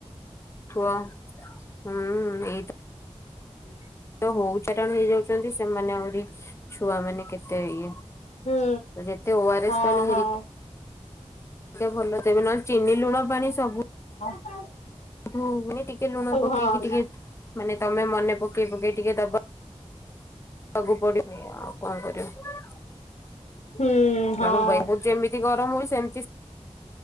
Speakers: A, on the left; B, on the left.
A: ହ ଏଇ
B: ହୁଁ
A: ତ ହଉ <unintelligible> ହେଇଯାଉଥିବ। ଛନ୍ତି ସେମାନେ ଆହୁରି ଛୁଆ ମାନେ କେତେ ଇଏ
B: ହୁଁ
A: ଯେତେ ଓ ଆର
B: ହଁ
A: ଏସ୍ ପାଣି
B: ହଁ।
A: ହେ ଟିକେ ଭଲ ତେବେ ନାଇ ଚିନି ଲୁଣ ପାଣି ସବୁ
B: ହଁ।
A: ଠୁନି ଟିକେ ଲୁଣ ପକେଇକି
B: ହଁ।
A: ଟିକେ ମାନେ ତମେ ମନେ ପକେଇ ପକେଇ ଟିକେ ଦବା <unintelligible> ପଡିନି ଆଉ କଣ କରିବ?
B: ହୁଁ ହଁ
A: କାରଣ ବହୁତ ଯେମିତି ଗରମ ହୁଏ ସେମିତି